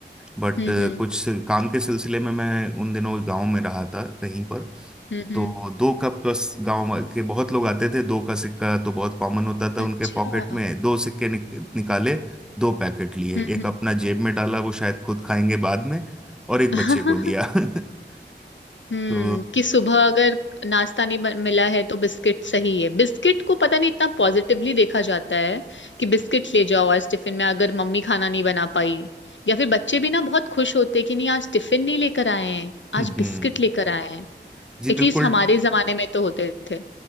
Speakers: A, in the centre; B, on the left.
A: बट
B: हम्म हम्म
A: कुछ काम के सिलसिले में मैं उन दिनों गांव में रहा था कहीं पर
B: हम्म हम्म,
A: तो दो का प्लस गांव के बहुत लोग आते थे दो का सिक्का तो बहुत कॉमन होता था
B: अच्छा
A: उनके पॉकेट में दो सिक्के निक, निकाले दो पैकेट लिए
B: हम्म
A: एक
B: हम्म
A: अपना जेब में डाला वो शायद खुद खाएंगे बाद में और एक
B: <laughs>
A: बच्चे को दिया <laughs>
B: हम्म
A: तो
B: कि सुबह अगर नाश्ता नहीं बन- मिला है तो बिस्किट सही है बिस्किट को पता नहीं इतना पॉजिटिवली देखा जाता है कि बिस्किट ले जाओ आज टिफिन में अगर मम्मी खाना नहीं बना पाई या फिर बच्चे भी ना बहुत खुश होते कि नहीं आज टिफिन नहीं लेकर आए हैं
A: हम्म
B: आज बिस्किट लेकर आए हैं
A: जी
B: एटलीस्ट
A: बिल्कुल
B: हमारे जमाने में तो होते थे